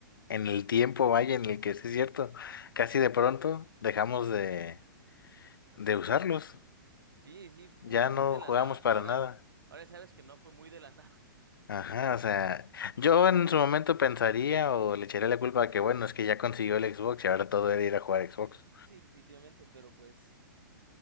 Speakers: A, on the left (about 80°); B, on the right (about 85°).
A: en el tiempo, vaya, en el que sí es cierto, casi de pronto dejamos de, de usarlos.
B: Sí, sí, como
A: Ya
B: que muy
A: no
B: de la
A: jugamos
B: nada. Ahora,
A: para nada.
B: ahora sabes que no fue muy de la <laughs> nada.
A: Ajá, o sea, yo en su momento pensaría o le echaría la culpa a que, bueno, es que ya consiguió el Xbox y ahora todo era ir a jugar a Xbox.
B: Sí, definitivamente, pero pues,